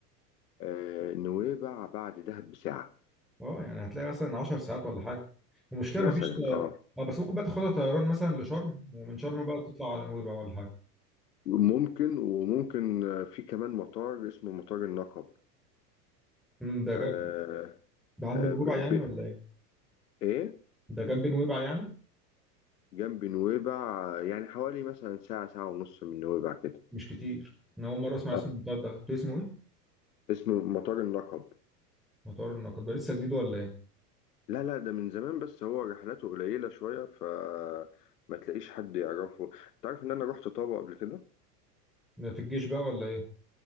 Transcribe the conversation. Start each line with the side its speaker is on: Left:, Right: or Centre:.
Left: آه نويبع بعد دهب بساعه
Centre: اه يعني هتلاقي مثلا 10 ساعات ولا حاجه المشكله
Left: مثلا
Centre: ما فيش
Left: اه
Centre: اه بس ممكن بقى تاخدها طيران مثلا لشرم ومن شرم بقى تطلع على نويبع ولا حاجه
Left: ممكن وممكن آه، في كمان مطار اسمه مطار النقب
Centre: امم ده
Left: آه
Centre: جنب ده عند
Left: آه
Centre: نويبع
Left: ب...
Centre: يعني
Left: ب...
Centre: ولا ايه
Left: ايه
Centre: ده جنب نويبع يعني
Left: جنب نويبع آه، يعني حوالي مثلا ساعه ساعه ونص من نويبع كده
Centre: مش كتير انا اول مره اسمع اسم
Left: اه
Centre: المطار ده بت- اسمه ايه
Left: اسمه مطار النقب
Centre: مطار النقد ده لسه جديد ولا ايه
Left: لا لا ده من زمان بس هو رحلاته قليلة شوية ف ما تلاقيش حد يعرفه انت عارف ان انا رحت طابة قبل كده
Centre: ده في الجيش بقى ولا ايه